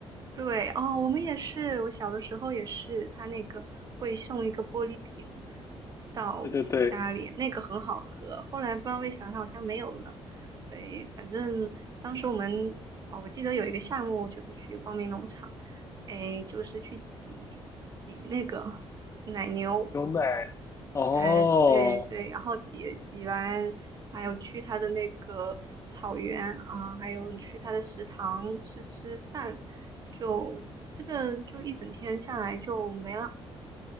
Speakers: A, on the right; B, on the left.
A: 对哦，我们也是，我小的时候也是，他那个会送一个玻璃瓶到我们家里，
B: 对对对，
A: 那个很好喝。后来不知道为啥，它好像没有了。对，反正当时我们哦，我记得有一个项目就是去光明农场，哎，就是去挤挤那个奶牛，
B: 牛奶。哦，
A: 哎，对对，然后挤挤完，还有去他的那个草原啊，还有去他的食堂吃吃饭，就这个就一整天下来就没了，